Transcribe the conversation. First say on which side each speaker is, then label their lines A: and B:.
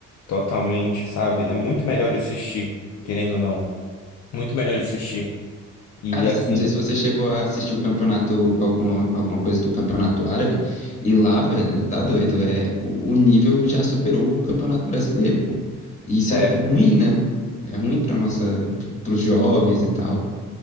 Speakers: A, on the left; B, on the left.
A: totalmente, sabe? É muito melhor de assistir, querendo ou não, muito melhor de assistir. E
B: Cara,
A: assim.
B: não sei se você chegou a assistir o campeonato, alguma, alguma coisa do campeonato árabe, e lá, velho, tá doido, é, o, o nível já superou o campeonato brasileiro, pô. E isso
A: sério
B: é ruim, né? É ruim para nossa, para os jovens e tal.